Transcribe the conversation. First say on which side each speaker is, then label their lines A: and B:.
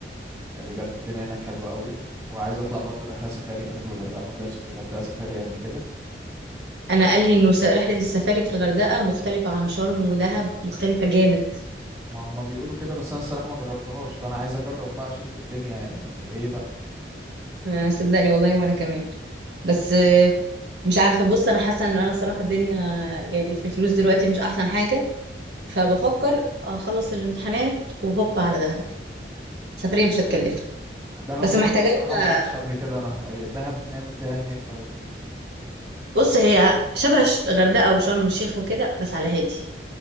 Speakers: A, on the right; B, on the right.
A: بجد الدنيا هناك حلوة قوي وعايز أطلع برضو رحلة سفاري كده في الغردقة ما طلعتش في الغردقة سفاري قبل كده
B: انا قال لي انه س- رحله السفاري في الغردقه مختلفه عن شرم ودهب مختلفه جامد
A: ما هم بيقولوا كده بس أنا الصراحة ما جربتهاش فأنا عايز أجرب بقى أشوف الدنيا يعني إيه بقى
B: آه، صدقني والله وانا كمان بس آه، مش عارفه بص انا حاسه ان انا صراحه الدنيا يعني في الفلوس دلوقتي مش احسن حاجه فبفكر اخلص الامتحانات وهوب على دهب سفريه
A: مم.
B: مش هتكلف
A: دهب
B: بس
A: برضو
B: محتاجه
A: بصراحة
B: لها-
A: ما روحتش قبل كده أنا إيه، دهب نعمل فيها إيه هناك طيب
B: بص هي شبه ش- غردقه وشرم الشيخ وكده بس على هادي